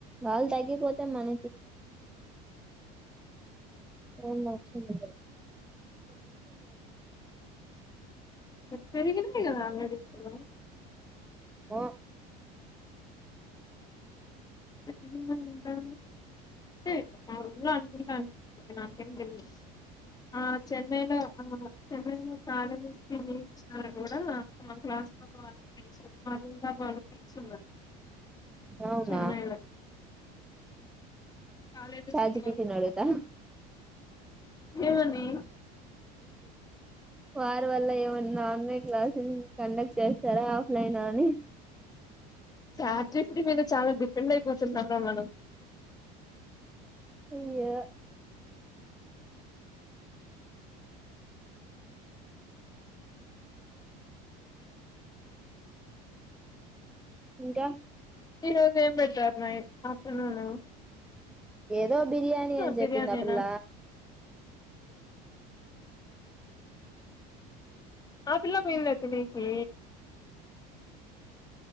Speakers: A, in the centre; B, on the left.
A: వాళ్ళు తగ్గిపోతే మన ఏమన్నా అక్షంతలు.
B: పెరిగినవి కదా ఇక్కడ
A: నో
B: <unintelligible> అనుకుంట నాకు ఎం తెలియాదు. ఆ చెన్నైలో ఆ చెన్నైలో ప్రాథమీ స్కీం ఇచ్చిన కూడా మా క్లాస్ <unintelligible> వాళ్ళ ఫ్రెండ్స్ ఉన్నారు
A: అవునా
B: చెన్నైలో colleges
A: chat
B: close
A: G P T నీ
B: అంట
A: అడుగుతా
B: ఏమని
A: వారి వల్ల ఏమన్నా ఆన్లైన్ క్లాసెస్ కండక్ట్ చేస్తారా ఆఫ్లైన్ అని
B: చాట్ జి పి టి నీ నేను చాలా డిఫరెంట్ అయి పొద్ది <unintelligible> మేడం
A: అయ్యో ఇంకా
B: ఈ రోజు ఏం పెట్టారు న ఆఫ్టర్నూను
A: ఏదో బిర్యానీ అని
B: బిర్యానీనా
A: చెప్పింది ఆ పిల్ల
B: ఆ పిల్ల పోయిందా తినానికి